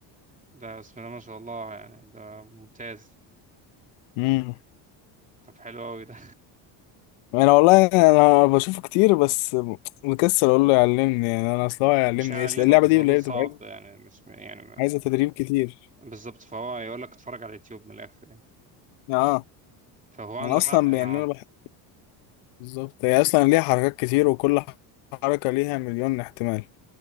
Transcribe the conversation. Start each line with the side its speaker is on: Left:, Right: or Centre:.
Right: ده بسم الله ما شاء الله يعني ده ممتاز
Left: امم
Right: طب حلو أوي ده
Left: انا والله انا بشوفه كتير بس مكسل اقول له يعلمني يعني انا اصلا
Right: <laughs>
Left: هو هيعلمني
Right: مش هعلمك
Left: ايه أصل اللعبه
Right: بس
Left: دي
Right: الموضوع
Left: اللي هي
Right: صعب
Left: بتبقى عايزه
Right: يعني مش يعني ما-
Left: عايزة تدريب كتير
Right: بالظبط فهو يقول لك اتفرج على اليوتيوب من الآخر يعني
Left: اه
Right: فهو عنده
Left: انا اصلا
Right: حق أنا
Left: يعني انا بحب بالظبط هي اصلا ليها حركات كتير وكل حركه ليها مليون احتمال